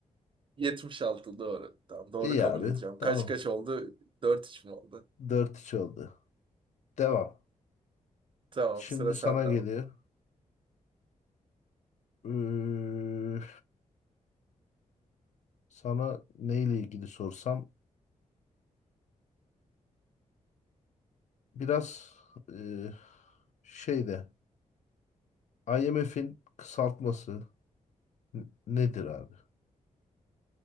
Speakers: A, on the right (about 40°); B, on the left (about 65°).
A: 76 doğru. Tamam doğru
B: İyi
A: kabul
B: abi
A: edeceğim.
B: tamam.
A: Kaç kaç oldu? dört üç mü oldu?
B: dört 3 oldu. Devam.
A: Tamam
B: Şimdi
A: sıra sende
B: sana geliyor.
A: abi.
B: Ee, sana neyle ilgili sorsam biraz e, şeyde IMF'in kısaltması n- nedir
A: Hı hı.
B: abi?